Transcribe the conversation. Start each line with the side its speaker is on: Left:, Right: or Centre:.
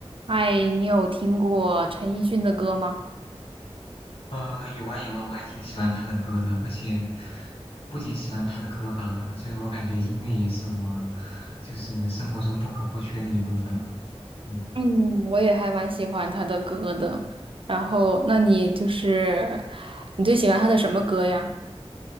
Right: 嗨，你有听过陈奕迅的歌吗？
Left: 呃，有啊有啊，我还挺喜欢他的歌的，而且不仅喜欢他的歌吧，就是我感觉音乐也是我就是生活中不可或缺的一部分了。嗯，
Right: 嗯，我也还蛮喜欢他的歌的。
Left: 嗯
Right: 然后，那你就是你最喜欢他的什么歌呀？